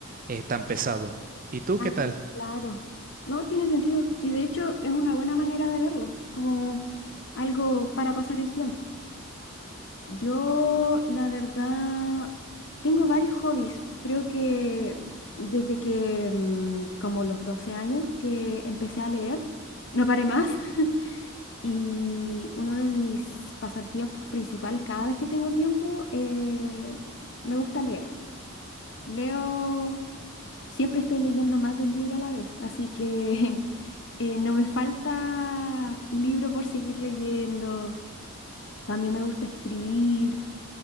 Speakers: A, on the right (about 35°); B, on the left (about 55°).
A: eh, tan pesado. ¿Y tú
B: Ah,
A: qué tal?
B: claro. No tiene sentido. Y de hecho es una buena manera de verlo, como algo para pasar el tiempo. Yo, la verdad, tengo varios hobbies. Creo que desde que, mm, como los 12 años que empecé a leer, no paré más. <laughs> Y uno de mis pasatiempos principales, cada vez que tengo tiempo, eh, me gusta leer. Leo, siempre estoy leyendo más de un libro a la vez, así que <laughs> eh, no me falta libro por seguir leyendo. También me gusta escribir,